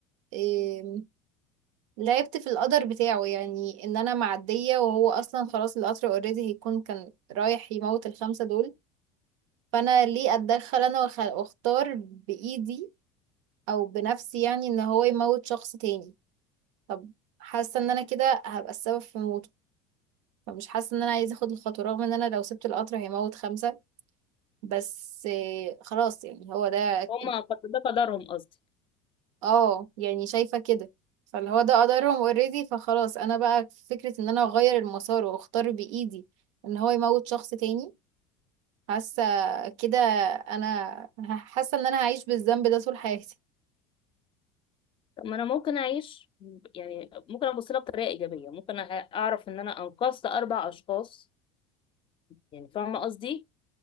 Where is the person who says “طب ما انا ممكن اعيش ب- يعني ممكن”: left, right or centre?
Left